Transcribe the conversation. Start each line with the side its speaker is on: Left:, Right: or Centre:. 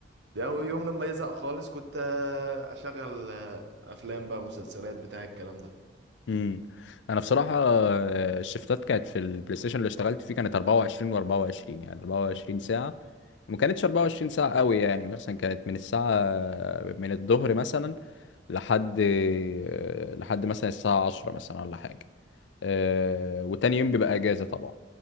Right: ده أول يوم لما يزهق خالص كنت آه، اشغل آه، افلام بقى مسلسلات بتاع الكلام ده
Left: امم انا بصراحه آه، الشفتات كانت في البلاي ستيشن اللي اشتغلت فيه كانت 24 و24 يعني 24 ساعه ما كانتش 24 ساعه قوي يعني مثلا كانت من الساعه من الظهر مثلا لحد آه، لحد مثلا الساعه 10 مثلا ولا حاجه آه، وتاني يوم بيبقى اجازه طبعا